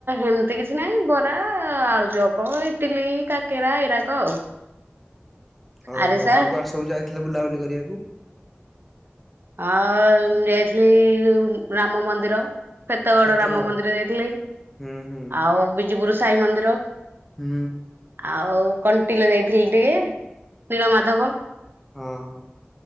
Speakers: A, on the right; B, in the centre.
A: ଏମିତି କିଛି ନହିଁ ବରା ଆଳୁଚପ ଏ ଇଟିଲି କାକେରା ଏଇରାକ ଆଉ
B: ଓହୋ
A: ଆରିସା
B: ଆଉ କୁଆଡେ ସବୁ ଯାଇଥିଲେ ବୁଲାବୁଲି କରିବାକୁ?
A: ଆଉ ମୁ ଯାଇଥିଲି ରାମ ମନ୍ଦିର। ଫେତଗଡ
B: ଫତେଗଡ
A: ରାମ ମନ୍ଦିର ଯାଇଥିଲି
B: ହୁଁ ହୁଁ
A: ଆଉ ବିଜିପୁର ସାଇ ମନ୍ଦିର।
B: ହୁଁ।
A: ଆଉ କଣ୍ଟିଲ ଯାଇଥିଲି ଟିକେ, ନୀଳ ମାଧବ।
B: ହଁ